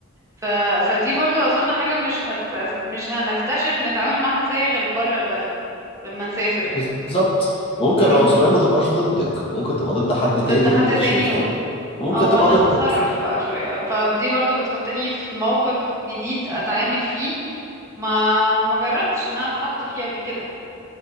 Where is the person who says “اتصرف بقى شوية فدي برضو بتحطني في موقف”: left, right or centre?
Right